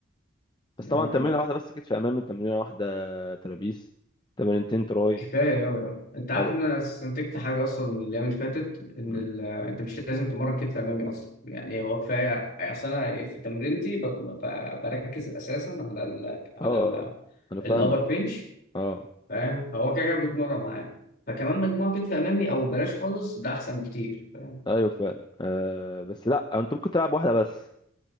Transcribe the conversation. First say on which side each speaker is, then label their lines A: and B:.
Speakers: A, on the left (about 20°); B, on the left (about 45°).
A: بس طبعا
B: اه
A: تمرينه واحده بس كتف امامي تمرينه واحده ترابيس تمرينتين تراي
B: كفايه قوي اه انت عارف
A: عرق
B: ان انا استنتجت حاجه اصلا من الايام اللي فاتت ان
A: مم.
B: ال... انت مش لازم تمرن كتف امامي اصلا يعني هو كفايه اصل انا في تمرينتي بت... ب... بركز اساسا على ال... على
A: اه
B: ال...
A: انا فاهمك
B: الابر بنش
A: اه
B: فاهم فهو كده كده بيتمرن معاه فكمان مجموعة كتف أمامي أو بلاش خالص ده أحسن بكتير فاهم
A: ايوه فعلا آه بس لا انت ممكن تلعب واحده بس